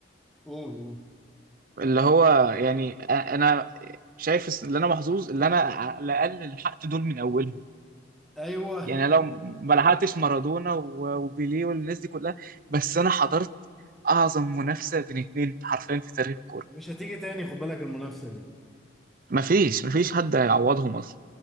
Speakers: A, in the centre; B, on the right.
A: قول قول.
B: اللي هو يعني أ- انا شايف الس- اللي انا محظوظ اللي انا على الاقل لحقت دول من اولهم
A: ايوه
B: يعني لو ما لحقتش مارادونا و- وبيليه والناس دي كلها بس انا حضرت اعظم منافسه بين اتنين حرفيا في تاريخ
A: <laughs>
B: الكوره
A: ومش هتيجي تاني خد بالك المنافسة دي
B: مفيش مفيش حد هيعوضهم اصلا